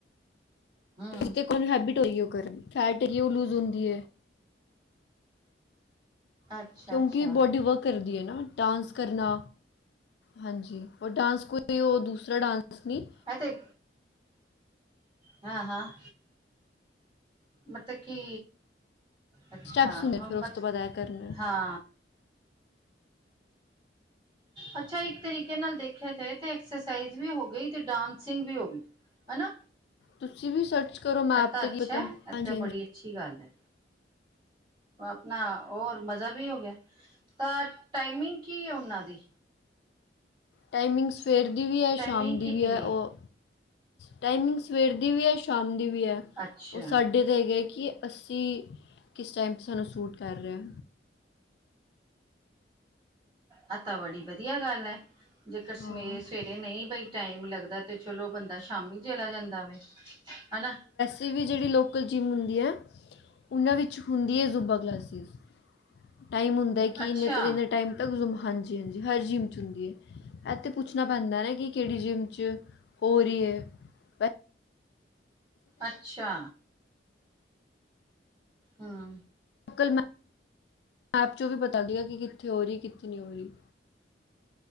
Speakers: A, on the right; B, on the left.
A: ਹਮ
B: ਹੋਏ ਤਾਨੂੰ ਹੈਬਿਟ ਹੋਏਗੀ ਓ ਕਰਨ ਦੀ। ਫੈਟ ਏਰੀ ਓ ਲੂਜ਼ ਹੁੰਦੀ ਏ
A: ਅੱਛਾ
B: ਕਿਉਂਕਿ
A: ਅੱਛਾ
B: ਬੋਡੀ ਵਰਕ ਕਰਦੀ ਏ ਨਾ। ਡਾਂਸ ਕਰਨਾ, ਹਾਂਜੀ ਡਾਂਸ ਕੋਈ ਓ, ਦੂਸਰਾ ਡਾਂਸ ਨੀ।
A: ਐਤੇ ਹਾਂ- ਹਾਂ। ਮਤ ਕੀ ਅੱਛਾ
B: ਸਟੈਪਸ ਹੁੰਦੇ
A: ਮ
B: ਫਿਰ ਉਸ
A: ਮਤ
B: ਤੋਂ ਬਾਅਦ ਇਹ ਕਰਨਾ ਹੈ।
A: ਹਾਂ ਅੱਛਾ ਏਕ ਤਰੀਕੇ ਨਾਲ ਦੇਖੇਆ ਜਾਏ ਤੇ ਐਕਸਸਾਈਜ਼ ਵੀ ਹੋ ਗਈ ਤੇ ਡਾਂਸਿੰਗ ਵੀ ਹੋਗੀ। ਹਨਾ।
B: ਤੁਸੀ ਵੀ ਸਰਚ ਕਰੋ ਮੈਪ
A: ਇਹ ਤਾਂ
B: ਤੇ,
A: ਅੱਛਾ
B: ਕੀ ਪਤਾ
A: ਹੈ ਇਹ
B: ਹਾਂਜੀ-ਹਾਂਜੀ।
A: ਤਾਂ ਬੜੀ ਅੱਛੀ ਗੱਲ ਐ। ਅਪਨਾ ਹੋਰ ਮਜਾ ਵੀ ਹੋ ਗੇਆ, ਤਾਂ ਟਾਈਮਿੰਗ ਕੀ ਐ ਓਨਾਂ ਦੀ
B: ਟਾਈਮਿੰਗ ਸਵੇਰ ਦੀ ਵੀ ਐ,
A: ਟਾਈਮਿੰਗ
B: ਸ਼ਾਮ ਦੀ
A: ਕਿੰਨੀ
B: ਵੀ ਐ।
A: ਹੈ
B: ਓ ਟਾਈਮਿੰਗ ਸਵੇਰ ਦੀ ਵੀ ਐ, ਸ਼ਾਮ ਦੀ ਵੀ ਐ।
A: ਅੱਛਾ
B: ਉਹ ਸਾਡੇ ਹੈਗਾ ਕਿ ਅਸੀਂ ਕਿਸ ਟੈਮ 'ਤੇ ਸਾਨੂੰ ਸੂਟ ਕਰ ਰਿਹਾ
A: ਆ ਤਾਂ ਬੜੀ ਵਧੀਆ ਗੱਲ ਐ, ਜੇਕਰ
B: ਹਾਂ
A: ਸਵੇਰੇ-ਸਵੇਰੇ ਨਹੀਂ ਬਈ ਟਾਈਮ ਲੱਗਦਾ ਤੇ ਚਲੋ ਬੰਦਾ ਸ਼ਾਮੀ ਚਲਾ ਜਾਂਦਾ ਵੇ, ਹਨਾ
B: ਦੀ ਵੀ ਜੇੜੀ ਲੋਕਲ ਜਿੰਮ ਹੁੰਦੀ ਐ, ਉਹਨਾਂ ਵਿੱਚ ਹੁੰਦੀ ਐ ਜ਼ੂਬਾ ਕਲਾਸਿਸ ਟਾਈਮ ਹੁੰਦਾ ਏ ਕਿ
A: ਅੱਛਾ
B: ਇੰਨੇ ਤੋਂ ਇੰਨੇ ਟਾਈਮ ਤਕ ਜੂਬਾ, ਹਾਂਜੀ- ਹਾਂਜੀ, ਹਰ ਜਿੰਮ 'ਚ ਹੁੰਦੀ ਏ ਐਹ ਤੇ ਪੁੱਛਣਾ ਪੈਂਦਾ ਨਾ ਕਿ ਕੇੜੀ ਜਿੰਮ 'ਚ, ਹੋ ਰਹੀ ਏ, ਬ
A: ਅੱਛਾ। ਹਾਂ।
B: ਕਲ ਮੈਪ, ਮੈਪ ਚੋਂ ਵੀ ਪਤਾ ਕਿਆ, ਕਿ ਕਿੱਥੇ ਹੋ ਰਹੀ, ਕਿੱਥੇ ਨੀ ਹੋ ਰਹੀ